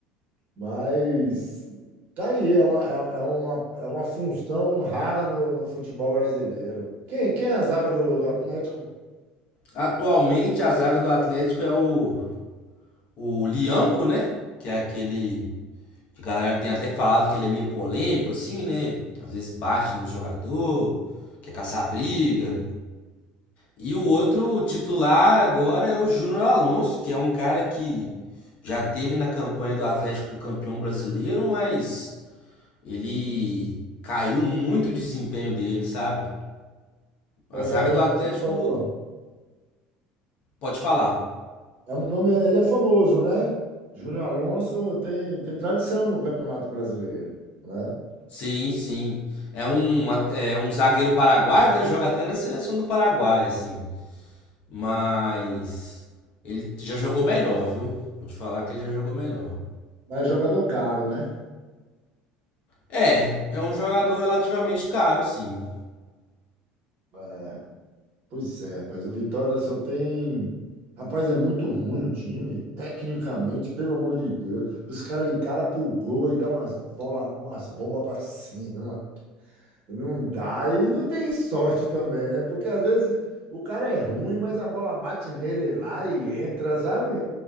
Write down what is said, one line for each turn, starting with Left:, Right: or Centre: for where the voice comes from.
Right: Mas tá aí, é uma, é, é uma, é uma função rara no, no futebol brasileiro. Quem, quem é a zaga do, do Atlético?
Left: Atualmente a zaga do Atlético é o, o Lianco, né? Que é aquele que a galera tem até falado que ele é meio polêmico, assim, né? Às vezes bate no jogador, quer caçar briga. E o outro titular agora é o Júnior Alonso, que é um cara que já teve na campanha do Atlético campeão brasileiro, mas ele caiu muito o desempenho dele, sabe? A
Right: É,
Left: zaga do
Right: ele
Left: Atlético,
Right: tem fama.
Left: pode falar.
Right: É um nome, ele é famoso, né? Júnior Alonso tem, tem tradição no Campeonato Brasileiro, né?
Left: Sim, sim. É um, at- é um zagueiro paraguaio, né? Joga até na seleção do Paraguai, assim. Mas ele já jogou melhor, viu? Vou te falar que ele já jogou melhor.
Right: Mas é jogador caro, né?
Left: É, é um jogador relativamente caro, sim.
Right: É, pois é, rapaz, o Vitória só tem. Rapaz, é muito ruim o time, tecnicamente, pelo amor de Deus. Os caras de cara pro gol e dá umas bola, umas bombas pra <laughs> cima. Não dá. E não tem sorte também, né? Porque às vezes o cara é ruim, mas a bola bate nele lá e entra, sabe?